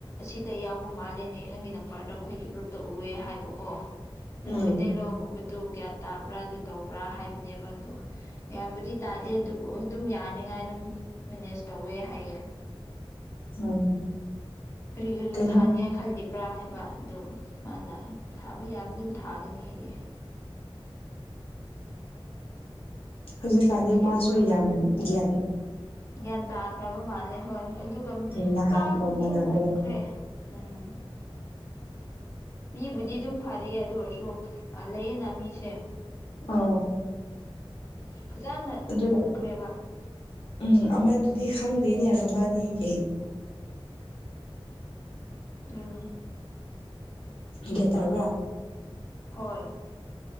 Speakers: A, on the left; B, on the left.
A: ꯁꯤꯗ ꯌꯥꯎꯕ ꯃꯥꯜꯂꯦꯅꯦ ꯅꯪꯒꯤ ꯅꯝꯕꯔꯗꯣ ꯑꯩꯈꯣꯏꯒꯤ ꯒ꯭ꯔꯨꯞꯇ ꯎꯑꯦ ꯍꯥꯏꯕꯀꯣ ꯑꯗꯨ
B: ꯎꯝ
A: ꯃꯩꯇꯩꯂꯣꯟꯒꯨꯝꯕꯗꯨ ꯒ꯭ꯌꯥꯟ ꯇꯥꯕ꯭ꯔꯥ ꯑꯗꯨ ꯇꯧꯕ꯭ꯔꯥ ꯍꯥꯏꯕꯅꯦꯕ ꯑꯗꯨ ꯏꯌꯥꯝꯕꯨꯗꯤ ꯇꯥꯗꯦ ꯑꯗꯨꯕꯨ ꯑꯗꯨꯝ ꯌꯥꯅꯤꯉꯥꯏ ꯑꯗꯨꯝ ꯃꯦꯅꯦꯖ ꯇꯧꯋꯦ ꯍꯥꯏꯌꯦ
B: ꯎꯝ
A: ꯀꯔꯤꯒꯔꯤ
B: ꯀꯩꯅꯣ
A: ꯊꯥꯅꯤ ꯈꯂꯤ ꯕ꯭ꯔꯥ ꯍꯥꯏꯕ ꯑꯗꯨꯣ ꯃꯥꯅ ꯊꯥꯕ ꯌꯥꯕ ꯑꯗꯨꯝ ꯊꯥꯒꯅꯤ ꯍꯌꯦꯌꯦꯡ
B: ꯍꯧꯖꯤꯛꯀꯥꯟꯗꯤ
A: ꯅꯨꯡꯁꯤꯕ
B: ꯃꯥꯁꯨ
A: ꯋꯥꯅꯤ
B: ꯌꯥꯝ ꯒ꯭ꯌꯥꯅꯤ
A: ꯒ꯭ꯌꯥꯟ ꯇꯥꯈ꯭ꯔꯕ ꯃꯥꯜꯂꯦ ꯍꯣꯏ ꯑꯗꯨꯒ
B: ꯎꯝ ꯅꯍꯥꯟꯒ
A: ꯄꯨꯔꯥ ꯍꯣꯡꯁꯨ
B: ꯃꯥꯟꯅꯗ꯭ꯔꯦ
A: ꯍꯣꯡꯈ꯭ꯔꯦ ꯎꯝ ꯃꯤꯕꯨꯗꯤ ꯑꯗꯨꯝ ꯐꯔꯌꯦ ꯑꯗꯨ ꯑꯣꯏꯔꯁꯨ ꯂꯩꯌꯦꯅ ꯃꯤꯁꯦ
B: ꯑ
A: ꯐꯖꯅ
B: ꯑ
A: ꯍꯣꯡꯈ꯭ꯔꯦꯕ
B: ꯎꯝ ꯑꯃꯗꯨꯗꯤ ꯈꯪꯗꯦꯅꯦꯕꯕꯥꯅꯤꯒꯤ
A: ꯂꯩꯅꯤ
B: ꯒ꯭ꯌꯥꯟ ꯇꯥꯔꯕ꯭ꯔ
A: ꯍꯣꯏ